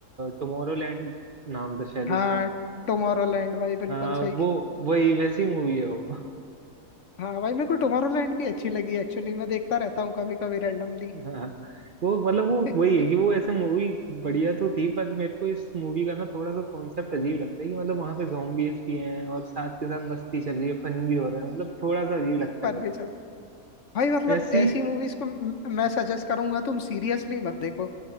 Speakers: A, on the right (about 45°); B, on the left (about 60°).
A: टुमारोलैंड नाम था शायद
B: हाँ
A: उसका
B: टुमारोलैंड भाई बिल्कुल
A: हाँ वो
B: सही
A: वही वैसी मूवी है वो
B: हाँ भाई मेरे को टुमारोलैंड भी अच्छी लगी एक्चुअली मैं देखता रहता हूँ कभी कभी रैंडमली
A: <laughs> हाँ वो मतलब वो
B: <laughs>
A: वही है कि वो ऐसे मूवी बढ़िया तो थी पर मेरे को इस मूवी का ना थोड़ा सा कॉन्सेप्ट अजीब लगता है कि मतलब वहां पे जॉम्बीज भी हैं और साथ के साथ मस्ती चल रही है फन भी हो रहा है मतलब थोड़ा सा अजीब लगता
B: पर
A: है बस
B: भी चल भाई मतलब
A: ऐसी
B: ऐसी मूवीज को म- मैं सजेस्ट करूंगा तुम सीरियसली मत देखो